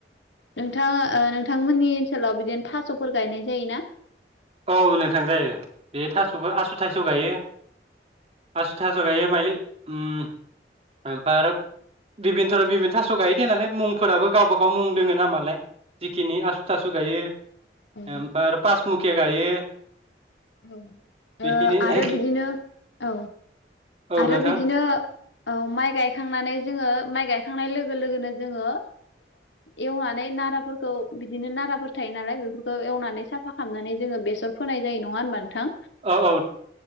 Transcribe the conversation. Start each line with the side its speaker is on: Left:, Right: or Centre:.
Left: नोंथाङा ओ नोंथांमोननि ओनसोलाव बिदिनो थास'फोर गायनाय जायो ना?
Right: औ नोंथां जायो बे थास'खौ आसु थास' गायो आसु थास' गायो माइ उम ओमफ्राय आरो बिबिन थराव बिबिन थास' गायो दे नालाय मुंफोराबो गावबागाव मुं दोङो नामालाय । जिखिनि आसु थासु गायो
Left: ओ
Right: ओमफ्राय आरो पास खिया गायो
Left: औ
Right: बेखिनि
Left: ओ आरो
Right: एखे
Left: बिदिनो औ
Right: औ
Left: आरो
Right: नोंथां
Left: बिदिनो ओ माइ गायखांनानै जोङो माइ गायखांनाय लोगो लोगोनो जोङो एवनानै नाराफोरखौ बिदिनो नाराफोर थायो नालाय बेफोरखौनानै साफा खालामनानै जोङो बेसर फोनाय जायो नङा होनबा? नोंथां
Right: औ औ